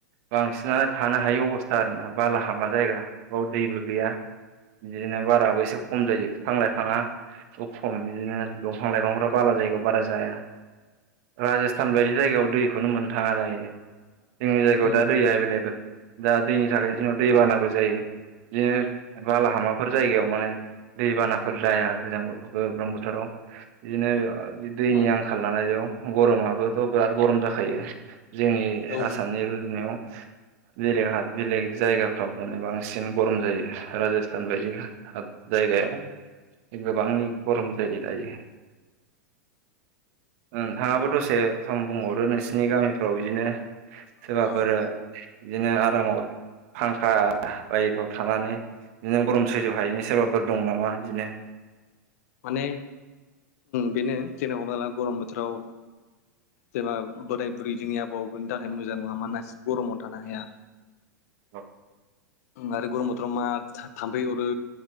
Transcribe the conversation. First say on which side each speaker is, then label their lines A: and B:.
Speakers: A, on the right; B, on the left.
A: बांसिनानो थानो हायै अबस्था आरोना बालाहामा जायगा बेयाव दैबो गैया। बिदिनो बाराबो एसे खम जायो बिफां लाइफाङा। खम बिदिनो दंफां लाइफांफ्रा बाला जायगायाव बारा जाया। राजस्थान बायदि जायगायाव दैखौनो मोननो थाङा दायो जोंनि जायगायाव
B: उम
A: दा दैया एभेलेबेल दा दैनि थाखाय जोंनाव दै बानाबो जायो। बिदिनो बालाहामाफोर जायगायाव माने दैबानाफोर जाया गोजां गरम बोथोराव। बिदिनो दैनि
B: उम
A: आंखाल नालाय बेयाव गरमाबोथ' बिराद गरम जाखायो। जोंनि
B: औ
A: आसामनि रुजुनायाव। जेरैहा बेलेग जायगाफ्राव माने बांसिन गरम जायो राजस्थान बायदि। जायाव गोबां गरम जायो दायो। नोंथाङाबो दसे सम बुंबावदो नोंसिनि गामिफ्राव बिदिनो सोरबाफोर
B: औ
A: बिदिनो आरामाव फांखा बायफ्राव थानानै बिदिनो गरम सैज्य हायैनि सोरबाफोर दं नामा बिदिनो?
B: माने बेनो जेनेबा हमनाला गरम बोथोराव जेबा बोराय बुरै जोंनि आबौ आबौनि थाखाय मोजां नङा मानास गरमाव थानो हाया।
A: औ।
B: आरो गरम बोथोराव मा थाम्फै अरो